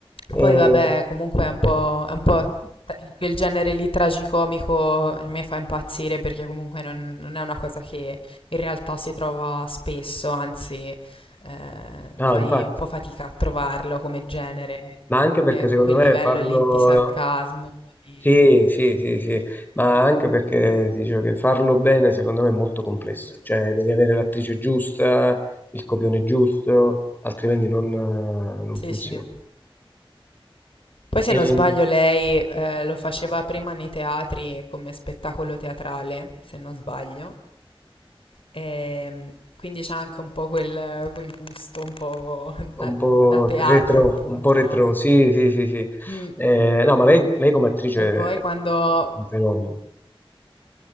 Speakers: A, on the left (about 20°); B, on the left (about 70°).
A: E-
B: Poi vabbè, comunque è un po', è un po' t- quel genere lì tragicomico a me fa impazzire perché comunque non, non è una cosa che in realtà si trova spesso, anzi eh,
A: no,
B: fai
A: infatti,
B: un po' fatica a trovarlo come genere,
A: ma anche perché
B: eh,
A: secondo
B: quel
A: me
B: livello
A: farlo...
B: lì di sarcasmo. di-
A: Sì, sì, sì, sì, ma anche perché dicevo che farlo bene secondo me è molto complesso, cioè devi avere l'attrice giusta, il copione giusto, altrimenti non, non
B: Sì,
A: funziona.
B: sì. Poi se
A: E-
B: non sbaglio lei eh, lo faceva prima nei teatri come spettacolo teatrale, se non sbaglio. Ehm, quindi c'è anche un po' quel, quel gusto un po' da,
A: Un po'
B: da teatro,
A: retro,
B: appunto,
A: un po' retro,
B: no?
A: sì, sì, sì, sì.
B: Mm.
A: Eh, no, ma lei, lei come attrice
B: E poi
A: è
B: quando...
A: un fenomeno.